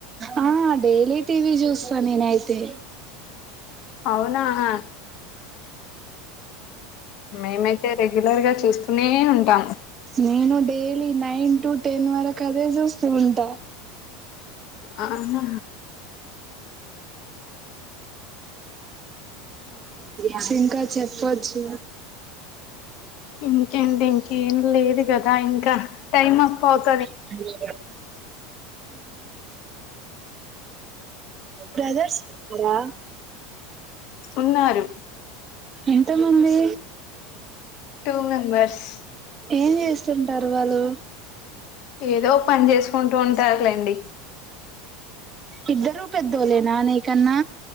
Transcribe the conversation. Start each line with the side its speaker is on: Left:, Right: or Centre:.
Right: హా డైలీ టీవీ చూస్తా నేనైతే
Left: అవునాహా మేమైతే రెగ్యులర్ గా చూస్తూనే ఉంటాం
Right: నేను డే నైన్ టు టెన్ వరకు అదే చూస్త ఉంటా
Left: ఆ హా
Right: ఆ ఇంకా చెప్పచ్చు
Left: ఇంకేంటి ఇంకేం లేదు కదా ఇంకా టైం అప్పు అవుతు
Right: హమ్ బ్రదర్స్ ఉన్నారా
Left: ఉన్నారు
Right: ఎంత మంది
Left: టూ మెంబర్స్
Right: ఏం చేస్తుంటారు వాళ్ళు
Left: ఏదో పని చేసుకుంటూ ఉంటారులేండి
Right: ఇద్దర రూపయద్దోలేనా న కన్నా